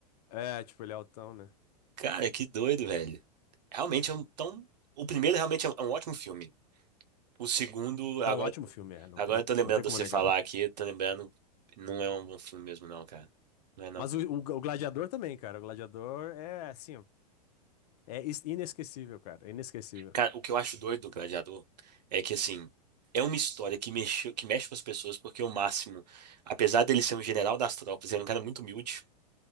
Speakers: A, on the left; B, on the right.
A: é tipo, ele é altão, né?
B: Cara, que doido, velho. Realmente é um, tão, o primeiro realmente é um, é um ótimo filme. O segundo, agora,
A: É um ótimo filme, é, não
B: agora
A: tem,
B: eu tô lembrando
A: não tem como
B: de você
A: negar.
B: falar aqui, eu tô lembrando, não é um bom filme mesmo não, cara. Não é não.
A: Mas o, o, o Gladiador também, cara, o Gladiador é, assim, ó, é is- inesquecível, cara, é inesquecível.
B: Cara, o que eu acho doido do Gladiador é que, assim, é uma história que mexe que mexe com as pessoas, porque o Máximo, apesar dele ser um general das tropas, ele é um cara muito humilde,